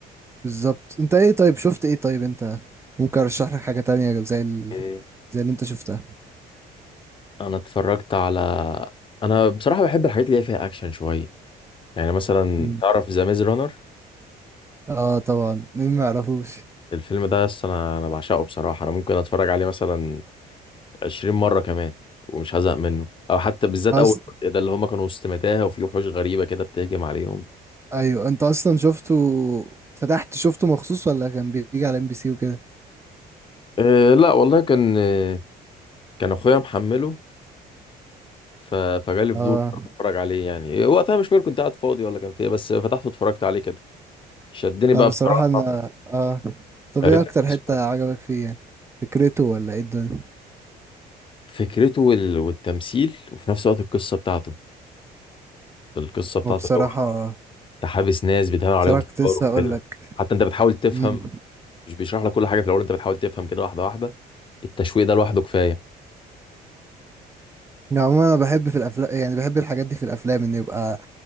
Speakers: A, on the right; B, on the left.
A: بالظبط انت ايه طيب شفت ايه طيب انت ممكن ارشح لك حاجة تانية زي ال...
B: إيه،
A: زي اللي انت شفتها
B: انا اتفرجت على انا بصراحه بحب الحاجات اللي هي فيها اكشن شويه يعني مثلا
A: مم.
B: تعرف ذا ميز رانر
A: اه طبعا مين ما يعرفوش
B: الفيلم ده اصل انا انا بعشقه بصراحه انا ممكن اتفرج عليه مثلا 20 مرة كمان ومش هزهق منه او حتى بالذات
A: أص...
B: اول جزء ده اللي هما كانوا وسط متاهة وفي وحوش غريبة كده بتهجم عليهم
A: ايوه انت اصلا شفته فتحت شفته مخصوص ولا كان بيجي على ام بي سي وكده
B: أه لا والله كان آه، كان اخويا محمله ف... فجالي فضول
A: اه
B: اتفرج عليه يعني آه، وقتها مش فاكر كنت قاعد فاضي ولا كان فيه بس فتحته اتفرجت عليه كده شدني بقى
A: لا بصراحة
B: بصراحة
A: انا اه طب
B: قريت
A: ايه اكتر
B: لك
A: حتة
B: اسمه. إيه؟
A: عجبك فيه يعني فكرته ولا ايه الدنيا
B: فكرته وال... والتمثيل وفي نفس الوقت القصة بتاعته القصة بتاعته
A: هو بصراحة
B: اللي هو انت حابس ناس بيتعمل عليهم
A: بصراحة
B: تجارب
A: كنت لسه هقول
B: كده
A: لك
B: حتى انت بتحاول تفهم
A: امم
B: مش بيشرح لك كل حاجه في الاول انت بتحاول تفهم كده واحده واحده التشويق ده لوحده كفايه
A: يعني عموما انا بحب في الافلام يعني بحب الحاجات دي في الافلام ان يبقى